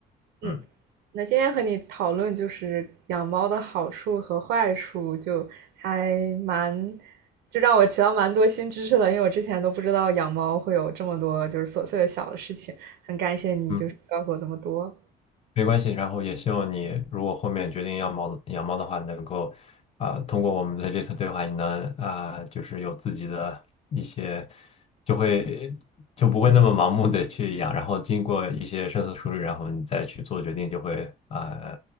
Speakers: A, on the right; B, on the left.
A: 嗯，
B: 嗯
A: 那今天和你讨论就是养猫的好处和坏处，就还蛮就让我学到蛮多新知识的，因为我之前都不知道养猫会有这么多就是琐碎的小的事情，很感谢你就是告诉我这么多。
B: 嗯。没关系，然后也希望你如果后面决定要猫养猫的话，能够啊、通过我们的这次对话，你能啊、就是有自己的一些，就会就不会那么盲目的去养，然后经过一些深思熟虑，然后你再去做决定，就会啊、